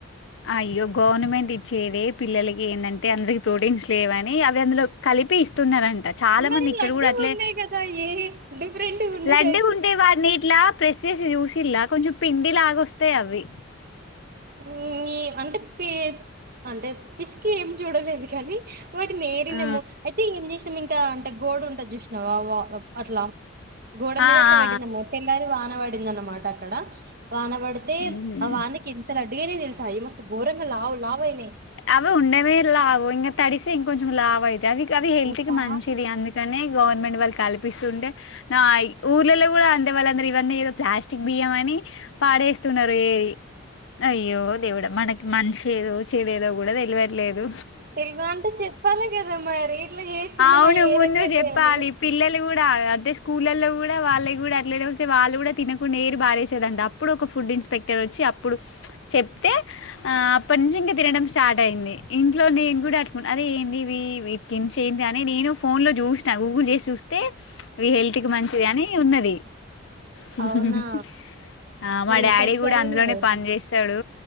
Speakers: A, on the left; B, on the right.
A: అయ్యో గవర్నమెంట్ ఇచ్చేదె పిల్లలకి ఏందంటే అందరికి ప్రోటీన్స్ లేవని అవి అందులో కల్ లిపి ఇస్తున్నరం ట చాన
B: మరి
A: మంది ఇక్కడ
B: లడ్డు
A: కూడా అట్లే
B: ఉండే కదా ఏ డిఫరెంట్ ఉండేసరికి
A: లడ్డుగుంటాయి వాడిని ఇట్లా ప్రెస్ చేసి చూసిల్ల కొంచెం పిండిలాగోస్తాయి అవి
B: హ్మ్ అంటే పి అంటే పిసికి ఏం చూడలేదు కానీ వాటిని ఏరినము
A: ఆ
B: అయితే ఏం చేసినాము ఇంకా అంటే గోడ ఉంటాది చూసినావా వా అట్లా గోడ మీద
A: ఆ
B: అట్లా
A: ఆ
B: వెట్టినము తెల్లరి వాన వాడిందన్నమాట అక్కడ వాన పడితే
A: ఉహు
B: ఆ వానకి ఎంత లడ్డుగైనై తెలుసా అయి మస్తు ఘోరంగా లావు లావైనాయి
A: అవి ఉన్నావె లావు ఇంగ తడిసి ఇంకొంచం లావై అవి అవి హెల్త్
B: ఓ
A: కి
B: చాలా
A: మంచిది అందుకనే గవర్నమెంట్ వాళ్ళు కల్పిస్తుంటే అ ఊర్లలో గుడా అంతే వాళ్ళందరు ఇవన్నీ ఏదో ప్లాస్టిక్ బియ్యం అని పారేస్తున్నారు ఏరి అయ్యో దేవుడ మనకి మంచేదో చె చెదేదో గుడా తెలువట్లేదు
B: తెలుగు అంటే చెప్పాలి కదా మరి ఇట్లా చేస్తున్నామా
A: అవును
B: ఏ
A: ముందు
B: రకండి
A: చేప్పాలి
B: అని
A: పిల్లలు గూడ అదే స్కూలల్లో గుడా వాళ్ళక్ గుడా అట్లనే వస్తే వాళ్ళు గూడా తినకుండా ఏరి బారేసేదాంట అప్పుడు ఒక ఫూ ఫుడ్ ఇన్స్పెక్టర్ వచ్చి అప్పుడు చెప్తే అ అప్పటి నుంచి ఇంక తినడం స్టార్ట్ అయింది ఇంట్లో నేన్ గూడా అడ్ అరే ఏంది ఇవి ఇవి తించేంది అని నేను ఫోన్ లో జుష్నా గూగుల్ జేసి చూస్తే ఇవి హెల్త్ కి మంచివి అని ఉన్నది <unintelligible>
B: అవునా
A: ఆ మా
B: రీసెర్చర్
A: డాడీ గూడా అందులోనే
B: నువ్వైతే
A: పని చేస్తాడు